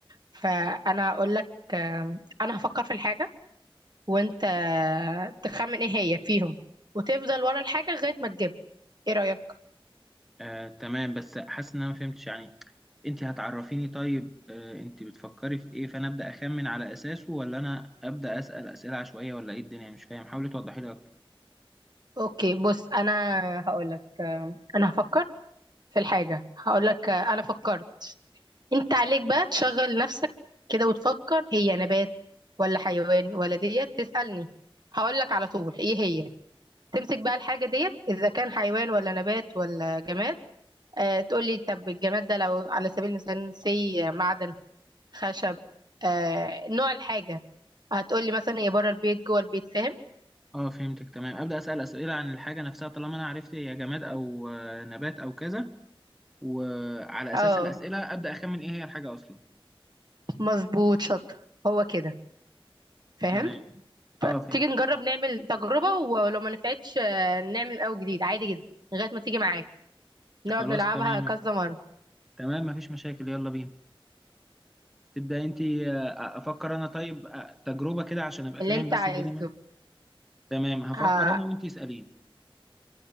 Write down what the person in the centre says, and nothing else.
آه تمام بس حاسس ان انا ما فهمتش يعني انت هتعرفيني طيب آه انت بتفكري في ايه فانا ابدا اخمن على اساسه ولا انا ابدا اسال اسئله عشوائيه ولا ايه الدنيا مش فاهم حاولي توضحي لي اكتر
اه فهمتك تمام ابدا اسال اسئله عن الحاجه نفسها طالما انا عرفت هي جماد او آه، نبات او كذا وعلى
اساس الاسئله ابدا اخمن ايه هي الحاجه اصلا
تمام اه
فهمت
تمام
خلاص
تمام
تمام مفيش مشاكل يلا بينا تبدأ انت آه، آه، افكر انا طيب آه، تجربة كده عشان ابقى
فاهم
بس
الدنيا ماشية. تمام هفكر
انا وانت اسأليني